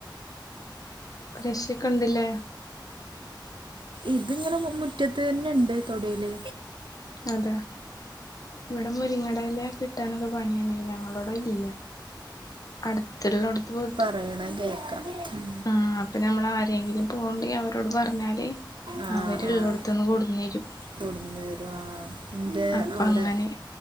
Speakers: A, on the left (about 50°); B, on the right (about 90°).
A: കൃഷിയൊക്കെ ഇണ്ട്ല്ലേ
B: ഇതിങ്ങനെ മുറ്റത്ത് തന്നെ ഉണ്ട് തൊടയില്
A: അതെ ഇവിടെ മുരിങ്ങടെ ഇല കിട്ടാനൊക്കെ പണിയാണെ ഞങ്ങളോട ഇല്ല അടുത്തുള്ളടുത്ത് പോയിട്ട്
B: പറയണ് കേൾക്കാം ഉം
A: ആ അപ്പൊ ഞമ്മൾ ആരെങ്കിലും പോക്ണ്ടേ അവരോട് പറഞ്ഞാല്
B: ആ
A: അവര്
B: ആ
A: ഉള്ളിടത്തന്ന് കൊടുന്നേരും
B: കൊടുന്ന് തരും ആ എൻ്റെ
A: അപ്പൊ
B: അവിടെ
A: അങ്ങനെ